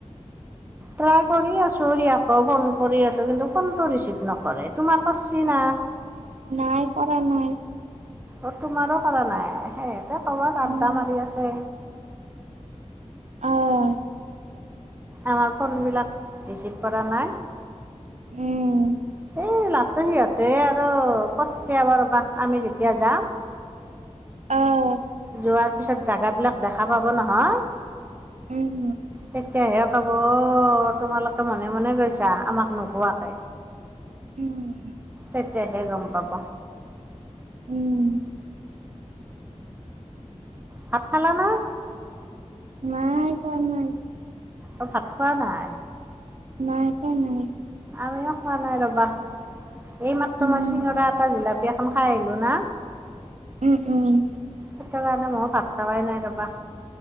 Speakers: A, on the right; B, on the right.
A: ট্ৰাই কৰি আছো আকৌ ফোন কৰি আছো কিন্তু ফোনটো ৰিচিভ নকৰে। তোমাৰ কছি না?
B: নাই কৰা নাই।
A: অ, তোমাৰো কৰা নাই সেই ত কৰবাত আড্ডা
B: উম
A: মাৰি আছে।
B: অহ '।
A: আমাৰ ফোনবিলাক ৰিচিভ কৰা নাই।
B: উম'।
A: এই লাষ্টৰ সিহঁতে আৰু পচতিয়ব ৰবা। আমি যেতিয়া যাম।
B: অহ '।
A: যোৱাৰ পিছত জোগাবিলাক দেখা পাব নহয়।
B: উম
A: তেতিয়া হে কব, তোমালোকে মনে মনে গৈছা আমাক নোহোৱাকে।
B: উম '।
A: তেতিয়াহে গম পাব।
B: উম'।
A: ভাত খালা নাই?
B: নাই, খোৱা নাই।
A: অ, ভাত খোৱা নাই।
B: নাই খোৱা নাই।
A: আমিও খোৱা নাই ৰ'বা। এই মাত্ৰ
B: উম,
A: মই চিঙৰা এটা জিলাপিয় অখন খাই আহিলোঁ না।
B: উম, উম'।
A: সেইটো কাৰণে মই ভাত খাৱাই নাই ৰবা।